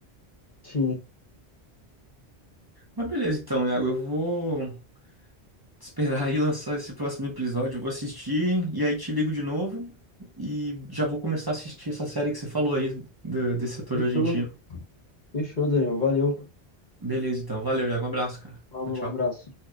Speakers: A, on the left; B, on the right.
A: Sim.
B: Mas beleza, então, Iago, eu vou <laughs> esperar aí lançar esse próximo episódio. Eu vou assistir e aí te ligo de novo. E já vou começar a assistir essa série que você falou aí do- desse ator
A: Fechou.
B: argentino.
A: Fechou, Daniel. Valeu.
B: Beleza, então. Valeu, Iago. Um abraço, cara.
A: Falou,
B: Tchau, tchau.
A: um abraço.